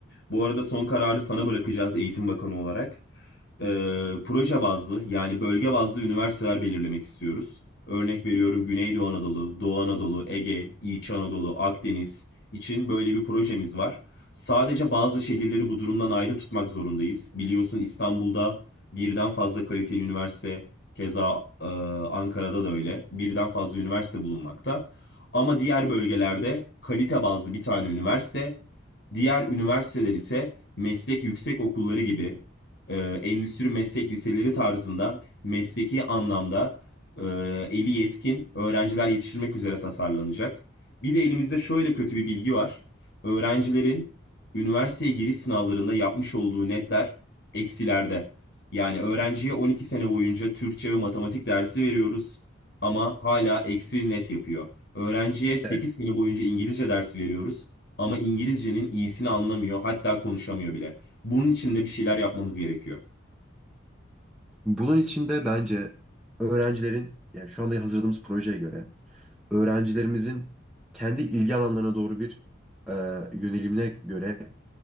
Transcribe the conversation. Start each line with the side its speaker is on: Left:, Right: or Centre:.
Left: Bu arada son kararı sana bırakacağız Eğitim Bakanı olarak. Ee, proje bazlı yani bölge bazlı üniversiteler belirlemek istiyoruz. Örnek veriyorum Güneydoğu Anadolu, Doğu Anadolu, Ege, İç Anadolu, Akdeniz için böyle bir projemiz var. Sadece bazı şehirleri bu durumdan ayrı tutmak zorundayız. Biliyorsun İstanbul'da birden fazla kaliteli üniversite, keza e, Ankara'da da öyle. Birden fazla üniversite bulunmakta. Ama diğer bölgelerde kalite bazlı bir tane üniversite, diğer üniversiteler ise meslek yüksek okulları gibi e, endüstri meslek liseleri tarzında mesleki anlamda e, eli yetkin öğrenciler yetiştirmek üzere tasarlanacak. Bir de elimizde şöyle kötü bir bilgi var. Öğrencilerin üniversiteye giriş sınavlarında yapmış olduğu netler eksilerde. Yani öğrenciye 12 sene boyunca Türkçe ve matematik dersi veriyoruz ama hala eksi net yapıyor. Öğrenciye 8
Centre: Evet.
Left: sene boyunca İngilizce dersi veriyoruz ama İngilizcenin iyisini anlamıyor, hatta konuşamıyor bile. Bunun için de bir şeyler yapmamız gerekiyor.
Centre: Bunun için de bence öğrencilerin yani şu anda hazırladığımız projeye göre öğrencilerimizin kendi ilgi alanlarına doğru bir e, yönelimine göre